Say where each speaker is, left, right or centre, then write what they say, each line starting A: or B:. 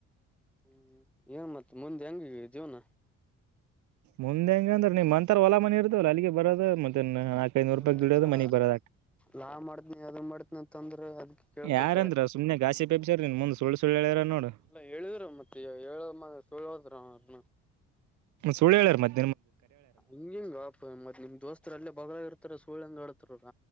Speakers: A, in the centre; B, on the right (about 55°).
A: ಹ್ಮ್ ಏನ್ ಮತ್ತೆ ಮುಂದೆ ಹೆಂಗ ಜೀವನ
B: ಮುಂದೆ ಹೆಂಗ ಅಂದರ ನಿಮ್ ಅಂತರ ಹೊಲ ಮನಿ ಇರತವಲ್ಲ ಅಲ್ಲಿಗೆ ಬರೋದ ನಾಕೈನೂರು
A: ನ
B: ರೂಪಾಯಿ ದುಡಿಯೋದು
A: ನಾ
B: ಮನಿಗ್ ಬರೋದ
A: ಲಾ ಮಾಡತನಿ ಅದ ಮಾಡತನಿ ಅಂತಂದ್ರ ಅದ ಕೇಳ್ಪಟ್ಟೆ
B: ಯಾರಂದ್ರ ಸುಮ್ನೆ ಗಾಸಿ ಪೆಬ್ಸರ್ ನಿನ್ ಮುಂದ್ ಸುಳ್ಳು ಸುಳ್ಳು ಹೇಳ್ಯಾರ ನೋಡು
A: ಎಲ್ಲ ಹೇಳಿದ್ರು ಮತ್ತೆ ಹೇಳಮ್ ಸರ <unintelligible>
B: ಸುಳ್ಳು ಹೇಳರ್ ಮತ್ತೆ
A: ಹಂಗಿಂಗ ಬಾಪ ನಿಮ್ ದೋಸ್ತರು ಅಲ್ಲೇ ಬಾಗಲಗ ಇರ್ತಾರ ಸುಳ್ಂಗ ಹೇಳತರ ಅವರ